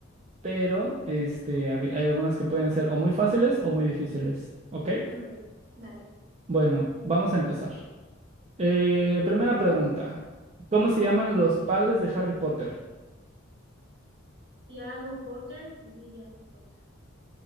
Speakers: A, on the right; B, on the right.
A: pero este, al- hay algunas que pueden ser o muy fáciles o muy difíciles. ¿Ok?
B: Muy bien. Dale.
A: Bueno, vamos a empezar. Eh, primera pregunta. ¿Cómo se llaman los padres de Harry Potter?
B: Tiago Potter y Lillian Potter.